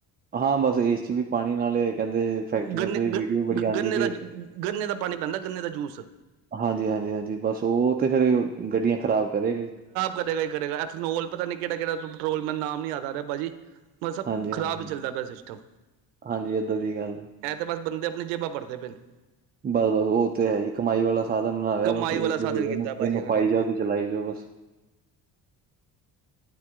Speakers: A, on the right; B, on the right.
A: ਹਾਂ ਬਸ ਇਸ ਚ ਵੀ ਪਾਣੀ ਨਾਲ ਕਹਿੰਦੇ ਫੈਕਟਰੀਆਂ
B: ਗੰਨੇ ਗ
A: ਵੀਡੀਓ ਬੜੀ ਆਂਦੀ
B: ਗੰਨੇ ਦਾ
A: ਪਈ
B: ਗੰਨੇ ਦਾ ਪਾਣੀ ਪੈਂਦਾ, ਗੰਨੇ ਦਾ ਜੂਸ।
A: ਹਾਂਜੀ, ਹਾਂਜੀ, ਹਾਂਜੀ ਬਸ ਉਹ ਤੇ ਫੇਰ ਗੱਡੀਆਂ ਖ਼ਰਾਬ ਕਰੇਗਾ ਈ
B: ਕਦੇਗਾ ਈ ਕਰੇਗਾ, ਐਥਨੋਲ ਪਤਾ ਨੀਂ ਕਿਹੜਾ-ਕਿਹੜਾ ਪੈਟਰੋਲ ਮੈਨੂੰ ਨਾਮ ਨੀਂ ਯਾਦ ਆ ਰਿਹਾ ਪਾਜੀ। ਮਤਲਬ
A: ਹਾਂਜੀ,
B: ਖਰਾਬ
A: ਹਾਂਜੀ,
B: ਹੀ ਚੱਲਦਾ ਪਿਆ ਸਿਸਟਮ
A: ਹਾਂਜੀ ਏਦਾਂ ਦੀ ਗੱਲ ਹੈ।
B: ਇਹਂ ਤੇ ਬਸ ਬੰਦੇ ਆਪਣੀ ਜੇਬਾਂ ਭਰਦੇ ਪਏ ਨੇਂ।
A: ਬਸ ਬਸ ਉਹ ਤੇ ਹੈ ਈ, ਕਮਾਈ ਵਾਲਾ ਸਾਧਨ ਬਨਾ ਲਿਆ
B: ਕਮਾਈ
A: ਬਸ, ਇੱਕ
B: ਵਾਲਾ ਸਾਧਨ
A: ਉਹਨੂੰ
B: ਕੀਤਾ
A: ਇਹਨੂੰ
B: ਭਾਜੀ ਇਹਨਾਂ
A: ਪਾਈ
B: ਨੇ ਆਪਣਾ
A: ਜਾਓ ਤੇ ਚਲਾਈ ਜਾਓ ਬਸ।